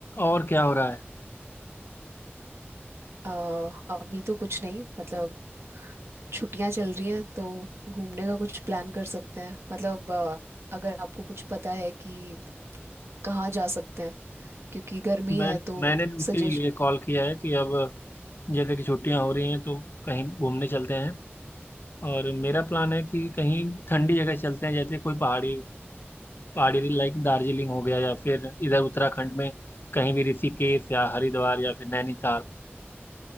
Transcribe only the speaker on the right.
अ, अभी तो कुछ नहीं मतलब छुट्टियां चल रही हैं तो घूमने का कुछ प्लान कर सकते हैं मतलब अ, अगर आपको कुछ पता है कि कहाँ जा सकते हैं क्योंकि गर्मी
है तो
सजेस्ट